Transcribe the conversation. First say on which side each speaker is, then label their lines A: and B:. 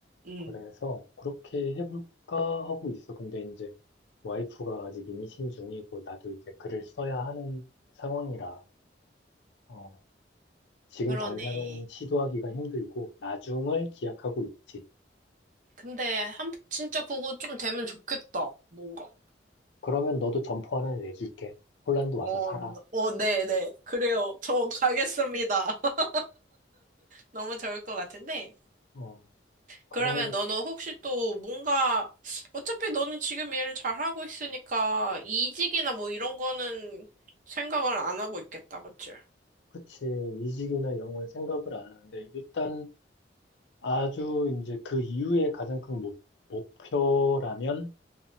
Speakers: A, on the right (about 45°); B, on the left (about 70°).
A: 응,
B: 그래서 그렇게 해볼까 하고 있어. 근데 이제 와이프가 아직 임신 중이고, 나도 이제 글을 써야 하는 상황이라, 어, 지금
A: 그러네.
B: 당장은 시도하기가 힘들고, 나중을 기약하고 있지.
A: 근데 한 진짜 그거 좀 되면 좋겠다. 뭔가.
B: 그러면 너도 점포 하나 내줄게. 폴란드 와서
A: 어,
B: 살아.
A: 음, 어, 네, 네. 그래요. 저 가겠습니다. <laughs> 너무 좋을 것 같은데.
B: 어. 그런
A: 그러면
B: 것,
A: 너는 혹시 또 뭔가, 어차피 너는 지금 일을 잘하고 있으니까 이직이나 뭐 이런 거는 생각을 안 하고 있겠다, 그치?
B: 그치. 이직이나 이런 건 생각을 안 하는데, 일단 아주 이제 그 이후에 가장 큰 목, 목표라면